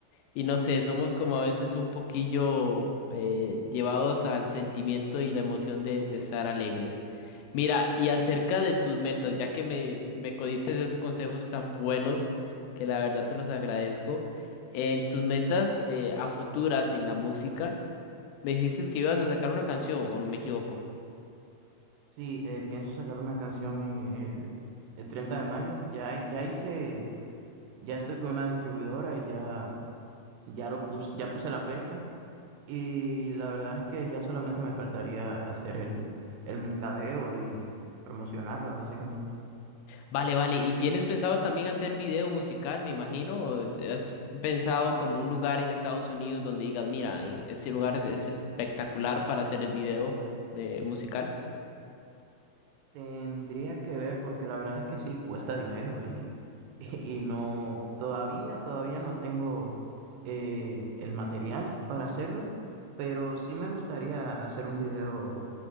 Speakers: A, on the left; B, on the right.
A: Y no sé, somos como a veces un poquillo eh, llevados al sentimiento y la emoción de, de estar alegres. Mira, y acerca de tus metas, ya que me, me codiste esos consejos tan buenos, que la verdad te los agradezco, en tus metas eh, a futuras en la música, me dijiste que ibas a sacar una canción, ¿o no me equivoco?
B: Sí, eh, pienso sacar una canción en el, el 30 de mayo. Ya, ahí- ya hice, ya estoy con una distribuidora y ya, ya lo puse, ya puse la fecha. Y la verdad es que ya solamente me faltaría hacer el, el mercadeo y promocionarla, básicamente.
A: Vale, vale. ¿Y tienes pensado también hacer video musical, me imagino? ¿O ¿Has pensado como un lugar en Estados Unidos donde digas, mira, en este lugar es, es espectacular para hacer el video de musical?
B: Tendría que ver porque la verdad es que sí, cuesta dinero y, <laughs> y no, todavía, todavía no tengo eh, el material para hacerlo, pero sí me gustaría hacer un video